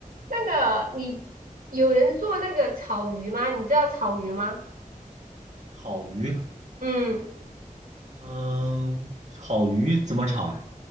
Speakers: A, on the right (about 85°); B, on the right (about 55°).
A: 那个你有人做那个草鱼吗？你知道草鱼吗？
B: 草鱼，
A: 嗯。
B: 嗯，草鱼怎么炒啊？